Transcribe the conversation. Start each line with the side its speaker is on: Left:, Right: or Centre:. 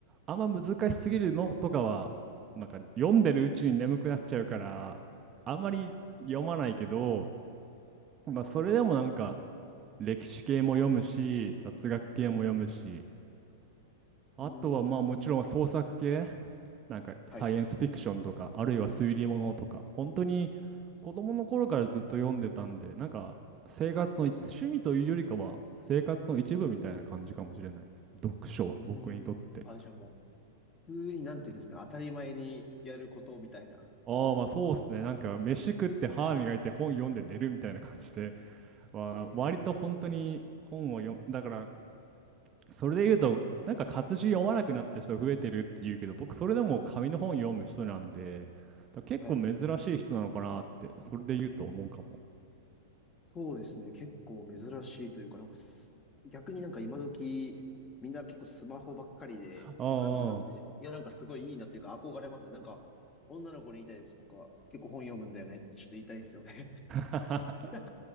Right: あんま難しすぎるのとかは、なんか読んでるうちに眠くなっちゃうから、あんまり読まないけど、
Left: はい、
Right: まあ、それでもなんか、
Left: はい、
Right: 歴史系も読むし、雑学系も読むし、
Left: はい。
Right: あとはまあもちろん創作系、
Left: うーん、
Right: なんかサイエンスフィクションとか、
Left: はい。
Right: あるいは推理物とか、本当に子供の頃からずっと読んでたんで、なんか生活の一、趣味というよりかは生活の一部みたいな感じかもしれないです。読書は僕にとって。
Left: うーん、あ、じゃあもう、普通になんていうんですかね、当たり前にやることみたいな。
Right: ああ、まあそうっすね。なんか飯食って歯磨いて本読んで寝るみたいな感じで、わ割と本当に本を読ん、
Left: ええ
Right: だからそれで言うと、なんか活字読まなくなった人増えてるって言うけど、僕それでも紙の本読む人なんで、だ結構珍しい人なのかなって、
Left: はい。
Right: それで言うと思うかも。
Left: そうですね。結構珍しいというか、なんかす、逆になんか今時、みんな結構スマホばっかりでって感じなんで、
Right: ああ、
Left: いや、なんかすごいいいなというか憧れますね。なんか、女の子に言いたいです、僕は。結構本読むんだよねってちょっと言いたいですよね。
Right: ああ
Left: <laughs>